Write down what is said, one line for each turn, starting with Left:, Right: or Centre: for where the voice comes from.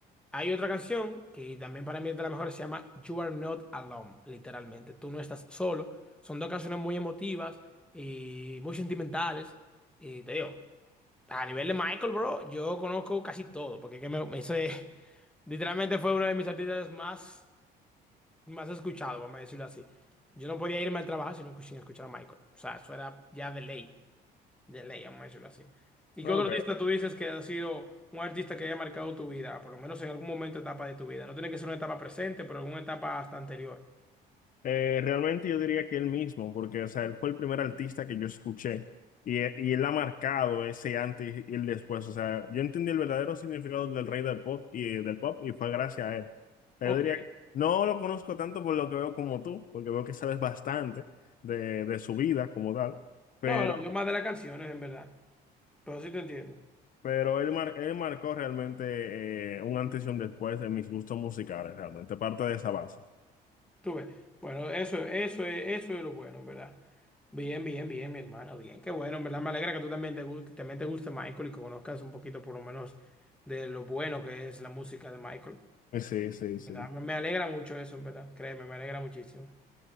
Centre: Hay otra canción que también para mí es de las mejores, se llama You Are Not Alone, literalmente. Tú no estás solo. Son dos canciones muy emotivas y muy sentimentales. Y te digo, a nivel de Michael, bro, yo conozco casi todo, porque es que me, me hice- <laughs> literalmente fue uno de mis artistas más más escuchado, vamos a decirlo así. Yo no podía irme al trabajo si no escu- sin escuchar a Michael. O sea, eso era ya de ley, de ley, vamos a decirlo así. ¿Y
Left: ok.
Centre: qué otro artista tú dices que ha sido un artista que haya marcado tu vida, por lo menos en algún momento, etapa de tu vida? No tiene que ser una etapa presente, pero alguna etapa hasta anterior.
Left: Eh, realmente yo diría que él mismo, porque o sea, él fue el primer artista que yo escuché y, y él ha marcado ese antes y el después. O sea, yo entendí el verdadero significado del rey del pop y eh, del pop y fue gracias a él. Yo
Centre: Ok.
Left: diría, no lo conozco tanto por lo que veo como tú, porque veo que sabes bastante de, de su vida como tal, pero,
Centre: No, no, yo más de las canciones, en verdad. Pero sí te entiendo.
Left: pero él, mar- él marcó realmente eh, un antes y un después en mis gustos musicales, realmente parte de esa base.
Centre: Tú ves. Bueno, eso, eso es, eso es lo bueno, ¿verdad? Bien, bien, bien, mi hermano, bien. Qué bueno, en ¿verdad? Me alegra que tú también te, gu- que también te guste Michael y que conozcas un poquito, por lo menos, de lo bueno que es la música de Michael,
Left: Eh, Sí, sí,
Centre: ¿verdad?
Left: sí.
Centre: Me, me alegra mucho eso, en ¿verdad? Créeme, me alegra muchísimo.